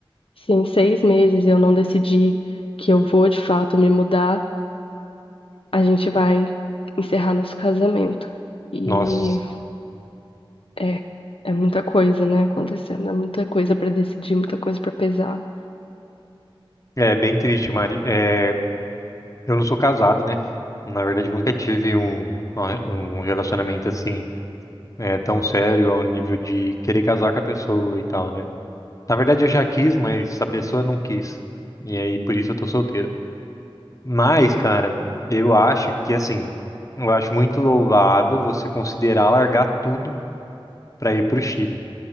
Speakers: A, on the left; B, on the left.
A: Se em seis meses eu não decidir que eu vou de fato me mudar, a gente vai encerrar nosso casamento. E
B: Nossa,
A: é, é muita coisa, né, acontecendo. É muita coisa para decidir, muita coisa para pesar.
B: é bem triste, Mari. É, eu não sou casado, né? Na verdade, nunca tive um, uma- um relacionamento assim, é, tão sério ao nível de querer casar com a pessoa e tal, né? Na verdade, eu já quis, mas a pessoa não quis. E aí, por isso eu tô solteiro. Mas, cara, eu acho que assim, eu acho muito louvável você considerar largar tudo para ir para o Chile